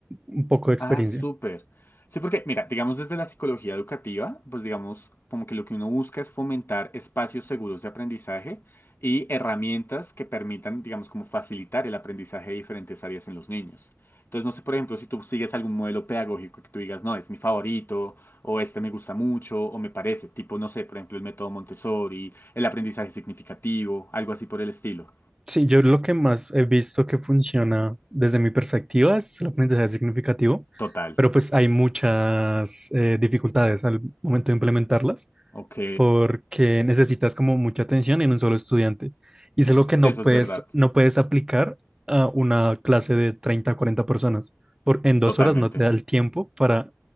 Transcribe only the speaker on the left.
Ah, súper. Sí, porque, mira, digamos desde la psicología educativa, pues digamos como que lo que uno busca es fomentar espacios seguros de aprendizaje y herramientas que permitan, digamos, como facilitar el aprendizaje de diferentes áreas en los niños. Entonces, no sé, por ejemplo, si tú sigues algún modelo pedagógico que tú digas, no, es mi favorito, o este me gusta mucho, o me parece, tipo, no sé, por ejemplo, el método Montessori, el aprendizaje significativo, algo así por el estilo.
Total.
Ok.
Sí,
eso
es verdad.
Totalmente.